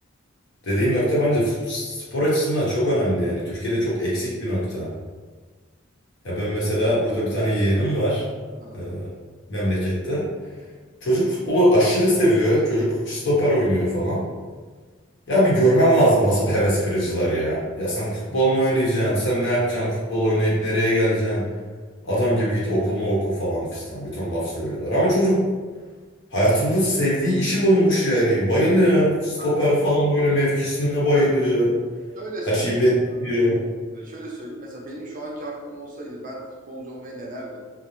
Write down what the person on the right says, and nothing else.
Aha.
Bak,
Şöyle
söyleyeyim.
E, şöyle söyleyeyim. Mesela benim şu anki aklım olsaydı ben futbolcu olmayı denerdim.